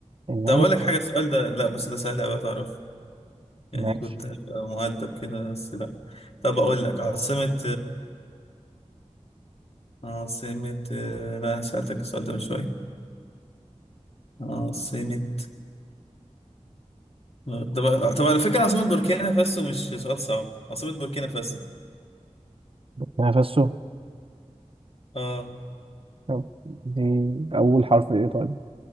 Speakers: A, on the right (about 50°); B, on the left (about 55°).
A: يلا
B: طب
A: يا
B: أقول لك حاجة
A: عم.
B: السؤال ده لا بس ده سهل أوي تعرف يعني
A: ماشي
B: كنت هبقى مؤدب كده بس لا طب أقول لك عاصمة عاصمة لا أنا سألتك السؤال ده من شوية عاصمة طب طب على فكرة عاصمة بوركينا فاسو مش سؤال صعب عاصمة بوركينا فاسو
A: نفسه
B: اه
A: يلا دي أول حرف إيه طيب